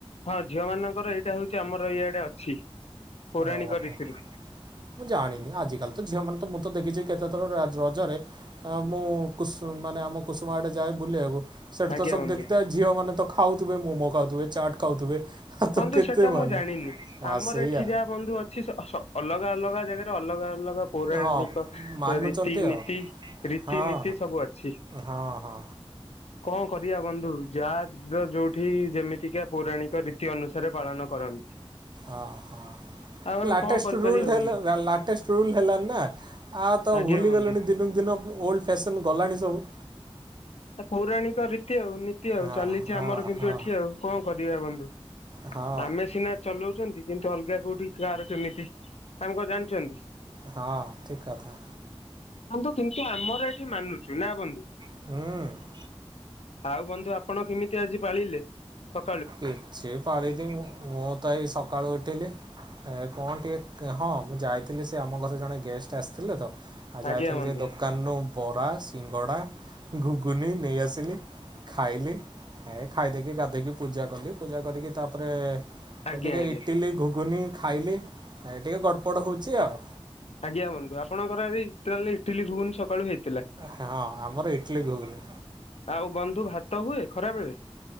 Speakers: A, on the left (about 85°); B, on the right (about 45°).
A: ହଁ ଝିଅ ମାନଙ୍କର ଏଇଟା ହଉଚି ଆମର ଇଆଡେ ଅଛି। ପୌରାଣିକ
B: ଓହୋ।
A: ରୀତିରୁ
B: ମୁଁ ଜାଣିନି ଆଜିକାଲି ତ ଝିଅମାନେ ତ ମୁଁ ତ ଦେଖିଚି କେତେଥର ରାଜ ରଜରେ ଆ ମୁଁ କୁସୁ ମାନେ ଆମ କୁସୁମା ଆଡେ ଯାଏ ବୁଲିଆକୁ ସେଠି
A: ଆଜ୍ଞା
B: ତ ସବୁ
A: ବନ୍ଧୁ।
B: ଦେଖିଥାଏ ଝିଅ ମାନେ ତ ଖାଉଥିବେ ମୋମୋ ଖାଉଥିବେ, ଚାଟ୍ ଖାଉଥିବେ ଆଉ ତ
A: ବନ୍ଧୁ
B: କେତେ
A: ସେଟା ମୁଁ
B: ମାନେ
A: ଜାଣିନି।
B: ହଁ
A: ଆମର
B: ସେଇଆ
A: ଏଠି ଯାହା ବନ୍ଧୁ ଅଛି ସ ସ ଅଲଗା ଅଲଗା ଜାଗାରେ ଅଲଗା ଅ ଅଲଗା ପୌରାଣିକ
B: ହଁ ମାନୁଛନ୍ତି
A: ରୀତି ନୀତି
B: ଆଉ
A: ରୀତିନୀତି
B: ହଁ
A: ସବୁ ଅଛି।
B: ହଁ ହଁ।
A: କଣ କରିଆ ବନ୍ଧୁ ଯାହା ଯ ଯୋଉଠି ଯେମିତିକା ପୌରାଣିକ ରୀ ତି ଅନୁସାରେ ପାଳନ କରନ୍ତି।
B: ଅ ହଁ।
A: ଆଉ ଆମେ
B: ଲାଟେଷ୍ଟ
A: କଣ କରିପାରିବା
B: ରୁଲ୍ <unintelligible>
A: ବନ୍ଧୁ
B: ଲାଟେଷ୍ଟ ରୁଲ ହେଲାଣି ନା ଆଉ ତ
A: ଆଜ୍ଞା
B: ଭୁଲିଗଲେଣି।
A: ବନ୍ଧୁ।
B: ଦିନକୁ ଦିନ ଓଲ୍ଡ ଫ୍ୟାସନ୍ ଗଲାଣି ସବୁ।
A: ସେ ପୌରାଣିକ ରୀତି ଆଉ ନୀତି ଆଉ
B: ହଁ
A: ଚାଲିଚି
B: ହଁ
A: ଆମର କିନ୍ତୁ
B: ହଁ
A: ଏଠି ଆଉ। କଣ କରିଆ ବନ୍ଧୁ?
B: ହଁ
A: ଆମେ ସିନା ଚଲଉଚନ୍ତି କିନ୍ତୁ ଅଲଗା କୋଉଠି କାର କେମିତି ଆମେ କଣ ଜାଣିଚନ୍ତି?
B: ହଁ ଠିକ୍ କଥା।
A: ବନ୍ଧୁ କିନ୍ତୁ ଆମର ଏଠି ମାନୁଚୁ ନା ବନ୍ଧୁ?
B: ହୁଁ।
A: ଆଉ ବନ୍ଧୁ ଆପଣ କେମିତି ଆଜି ପାଳିଲେ ସକ
B: କିଛି <unintelligible> ମୋ ତ ଏଇ ସକାଳୁ ଉଠିଲି ଏ କଣ ଟିକେ କ ହଁ ମୁଁ ଯାଇ ଥିଲ ସେ ଆମ ଘରେ ଜଣେ ଗେଷ୍ଟ ଆସିଥିଲେ ତ ଆ
A: ଆଜ୍ଞା
B: ଯାଇଥିଲି
A: ବନ୍ଧୁ
B: ଟିକେ ଦେ କାନୁ ବରା, ସିଙ୍ଗଡ଼ା ଘୁଗୁନୀ ନେଇଆସିଲି ଖାଇଲି ଏ ଖାଇଦେଇ କି ଗାଧେଇକି ପୂଜା କଲି ପୂଜା କରିକି ତା ପରେ
A: ଆଜ୍ଞା
B: ଏ ଟିକେ
A: ଆଜ୍ଞା
B: ଇଟିଲି ଘୁଗୁନି ଖାଇଲି। ଏ ଟିକେ ଗଡ଼ପଡ଼ ହୋଉଚି ଆଉ।
A: ଆଜ୍ଞା ବନ୍ଧୁ ଆଣଙ୍କର ଆଜି ତାହେଲେ ଇଟିଲି ଘୁଗୁନି ସକାଳୁ ହେଇ
B: ହଁ ଆମର ଇଟିଲି ଘୁଗୁନି।
A: ଆଉ ବନ୍ଧୁ ଭାତ ହୁଏ ଖରାବେଳେ?